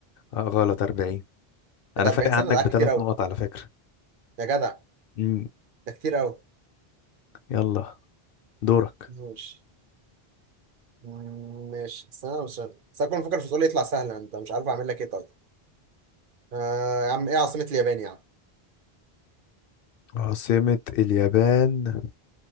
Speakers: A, on the left; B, on the right.
A: آه غلط أربعين
B: ايه
A: أنا
B: ده 40
A: فارق عنك
B: سنة ده
A: بثلاث
B: كتير أوي
A: نقط على فكرة
B: يا جدع
A: مم.
B: ده كتير أوي
A: يلا دورك
B: ماشي ماشي سنة وسنة بس أنا كنت مفكر في سؤال يطلع سهل أنت مش عارف أعمل لك إيه طيب آه يا عم إيه عاصمة اليابان يا عم
A: عاصمة اليابان